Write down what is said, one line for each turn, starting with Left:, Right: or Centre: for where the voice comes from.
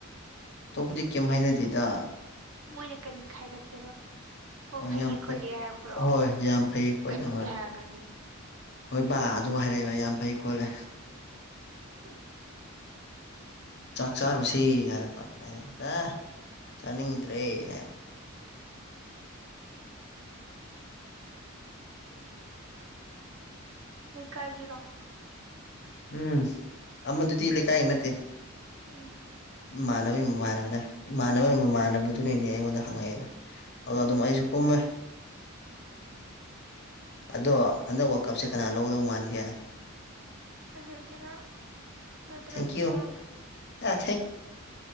Left: ꯑꯇꯣꯞꯄꯗꯤ ꯀꯩꯝ ꯍꯥꯏꯅꯗꯦꯗ꯫
Right: ꯃꯣꯏꯅ ꯀꯔꯤ ꯍꯥꯏꯔꯛꯀꯦꯕ ꯑꯣ
Left: ꯍꯣꯏ
Right: ꯐꯩꯌꯦ
Left: ꯌꯥꯝ
Right: ꯈꯣꯠꯂꯦ
Left: ꯐꯩ
Right: ꯍꯥꯏꯄ꯭ꯔꯣ
Left: ꯍꯣꯏ ꯌꯥꯝ ꯐꯩ ꯈꯣꯠꯂꯦ
Right: ꯀꯩꯅꯣꯝꯒꯤ
Left: ꯍꯣꯏ
Right: ꯍꯥꯏꯔꯛꯀꯅꯤ
Left: ꯍꯣꯏ ꯕꯥ ꯑꯗꯨ ꯍꯥꯏꯔꯛꯑꯦꯕ ꯌꯥꯝ ꯐꯩ ꯈꯣꯠꯂꯦ꯫
Right: ꯍ
Left: ꯆꯥꯛ ꯆꯥꯔꯨꯁꯤ ꯍꯥꯏꯔꯛꯄ ꯑꯩꯅ ꯑ ꯆꯥꯅꯤꯡꯗ꯭ꯔꯦꯅ꯫
Right: ꯂꯩ ꯀꯥꯏꯒꯤꯔꯣ
Left: ꯎꯝ ꯑꯃꯗꯨꯗꯤ ꯂꯩꯀꯥꯏ ꯅꯠꯇꯦ꯫
Right: ꯎꯝ
Left: ꯏꯃꯥꯟꯅꯕꯒꯤ ꯃꯃꯥꯟꯅꯕꯅ ꯏꯃꯥꯟꯅꯕꯒꯤ
Right: ꯎꯝ
Left: ꯃꯃꯥꯟꯅꯕꯗꯨꯅꯅꯦ ꯑꯩꯉꯣꯟꯗ ꯍꯪꯉꯛꯏꯗꯣ꯫ ꯑꯗꯣ
Right: ꯎꯝ
Left: ꯑꯗꯨꯝ ꯑꯩꯁꯨ ꯀꯨꯝꯃꯦ ꯑꯗꯣ ꯍꯟꯗꯛ ꯋꯥꯜ ꯀꯞꯁꯦ ꯀꯅꯥ ꯂꯧꯒꯗꯧꯕ ꯃꯥꯟꯒꯦ꯫
Right: ꯑꯔꯖꯦꯟꯇꯤꯅꯥ ꯅꯠꯇ꯭ꯔ
Left: ꯊꯦꯡꯀ꯭ꯌꯨ
Right: ꯏꯁꯄꯦꯟ
Left: ꯑꯦ